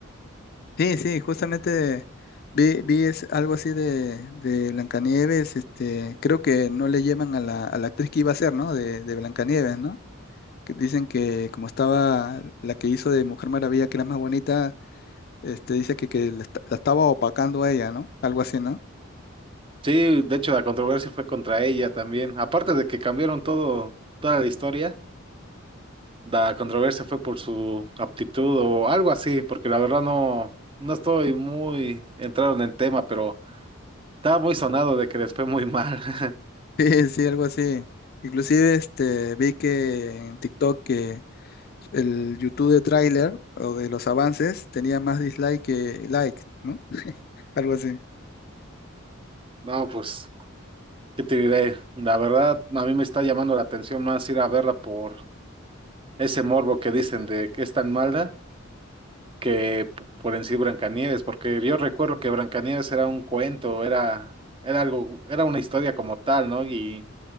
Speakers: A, on the left (about 50°); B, on the right (about 25°).
A: Sí, sí, justamente vi, vi es algo así de, de Blancanieves. Este, creo que no le llevan a la, a la actriz que iba a ser, ¿no? De, de Blancanieves, ¿no? Que dicen que como estaba la que hizo de Mujer Maravilla, que era más bonita Este, dice que, que la, esta- la estaba opacando a ella, ¿no? Algo así, ¿no? <laughs>
B: Sí, de hecho la controversia fue contra ella también. Aparte de que cambiaron todo, toda la historia, la controversia fue por su aptitud o algo así, porque la verdad no, no estoy muy entrado en el tema, pero estaba muy sonado de que les fue muy mal. <laughs>
A: Sí, sí, algo así. Inclusive este, vi que en TikTok que el YouTube de tráiler o de los avances tenía más dislike que like, ¿no? <laughs> Algo así.
B: No, pues. ¿Qué te diré? La verdad, a mí me está llamando la atención más ir a verla por ese morbo que dicen de que es tan mala que p- por en sí Blancanieves, porque yo recuerdo que Blancanieves era un cuento, era, era algo, era una historia como tal, ¿no? Y